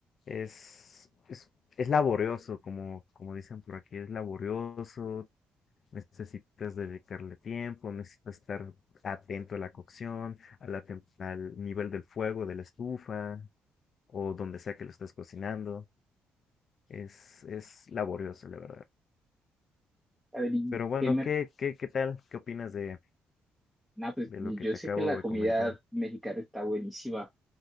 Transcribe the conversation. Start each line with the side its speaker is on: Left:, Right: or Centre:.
Left: Es, es, es laborioso, como, como dicen por aquí, es laborioso, Necesitas dedicarle tiempo, necesitas estar atento a la cocción, a la tem- al nivel del fuego, de la estufa o donde sea que lo estés cocinando. Es, es laborioso, la verdad.
Centre: A ver, ¿y
Left: Pero bueno,
Centre: qué mer-
Left: ¿qué, qué, qué tal? ¿Qué opinas de,
Centre: No, pues
Left: de
Centre: yo
Left: lo que te
Centre: sé
Left: acabo
Centre: que la
Left: de
Centre: comida
Left: comentar?
Centre: mexicana está buenísima,